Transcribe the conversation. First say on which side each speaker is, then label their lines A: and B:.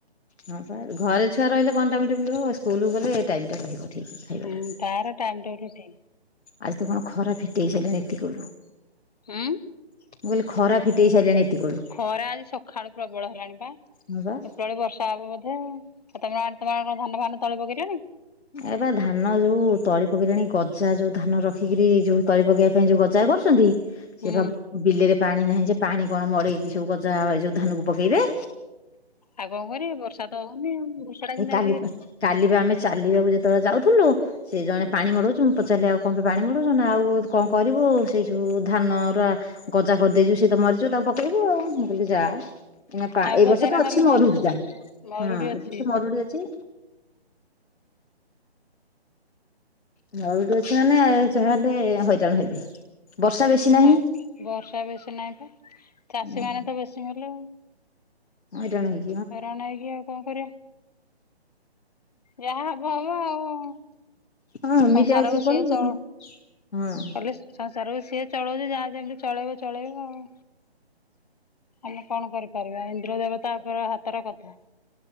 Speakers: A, on the left (about 80°); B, on the left (about 40°).
A: ହଁ ପା ଘରେ ଛୁଆ ରହିଲେ କଣ ଟାଇମ୍ ଟେବୁଲ୍ ହବ ସ୍କୁଲକୁ ଗଲେ ଏଟାଇମଟା ରହିବ। ଠିକ୍ ଖାଇବାଟା।
B: ହୁଁ ତାର ଟାଇମ୍ ଟେବୁଲ୍ ଠିକ୍।
A: ଆଜିତ କଣ ଖରା ଫିଟେଇସାଇଲାଣି ଏତିକି ଏଳୁ।
B: ହୁଁ।
A: ମୁଁ କହିଲି ଖରା ଫିଟେଇ ସାରିଲାଣି ଏତିକୁ ଏଳୁ।
B: ଖରା ଆଜି ସଖାଳୁ ପ୍ରବଳ ହେଲାଣିପା ଏଉପରବେଳେ
A: ହଁ ବା
B: ବର୍ଷା ହବ ବୋଧେ। ଆତମ ଆଡ଼େ ତମରକଣ ଧାନ ଫାନ ତଳି ପକେଇଲେଣି।
A: ଏବା ଧାନ ଯୋଉ ତଳି ପକେଇିଲେଣି ଗଜା ଯୋଉ ଧାନ ରଖିକିରି ଯୋଉ ତଳି ପକେଇବା ପାଇଁ ଯୋଉ ଗଜା କରୁଚନ୍ତି ସେବା
B: ହୁଁ।
A: ବିଲେରେ ପାଣି ନାହିଁଯେ ପାଣି କଣ ମଡ଼େଇକି ସବୁ ଗଜା ଯୋଉ ଧାନକୁ ପକେଇବେ।
B: ଆଉ କଁ କରିବେ ବର୍ଷାତ ହଉନି ଆଉ। ଟା କିନ୍ତୁ
A: ହେ କାଲିପା
B: ଆଜି ଉଁ,
A: କାଲିବି ଆମେ ଚାଲିବାକୁ ଯେତେବେଳେ ଯାଉଥିଲୁ ସେଜଣେ ପାଣି ମଡ଼ୁ ଚୁ ମୁଁ ପଚାରିଲି ଆଉ କଁପାଇଁ ମଡ଼ଉଚ ନାଁଆଉ କଁ କରିବୁ ସେଇଯଉ ଧାନର ଇ ଗଜା କରିଦେଇଚୁ ସେତ ମରିଯିବ ତାକୁ ପକେଇବୁ ଆଉ ମୁଁ କହିଲି ଯା ଏଇନା ପା
B: ଆଉ ଗଜାରେ
A: ବର୍ଷତ ଅଛି
B: ନହେଲେ
A: ମରୁଡ଼ି
B: ମରିଯିବ
A: ଯା ହଁ
B: ମରୁଡି
A: ଏବର୍ଷ
B: ଅଛି
A: ମରୁଡ଼ି ଅଛି। ମରୁଡ଼ି ଅଛି ମାନେ ଯାହାହେଲେ ହଇରାଣ ହେବେ ବର୍ଷା ବେଶୀ ନାହିଁ।
B: ଆଉ ବର୍ଷା ବେଶୀ ନାହିଁପା ଚାଷୀ
A: ହଁ
B: ମାନେତ ବେଶୀ ମଲେ ଆଉ।
A: ହଁରାଣହେ
B: ହଇରାଣ ହେଇକି ଆଉ କଣ କରିବା। ଯାହା ହବ ହବ ଆଉ
A: ହଁ ଏମିତିଆଉି
B: ସଂସାରକୁ
A: କିଏ କୁଆଡେ଼
B: ସିଏ
A: ଯିବ
B: ଚଳ
A: ହଁ।
B: କହିଲେ ସଂସାରକୁ ସିଏ ଚଳଉଚି ଯାହା ଯେମିତି ଚଳେଇବ ଚଳେଇବ ଆଉ। ଆମେ କଣ କରିପାରିବା ଇନ୍ଦ୍ର ଦେବ ତାପରେ ହାତର କଥା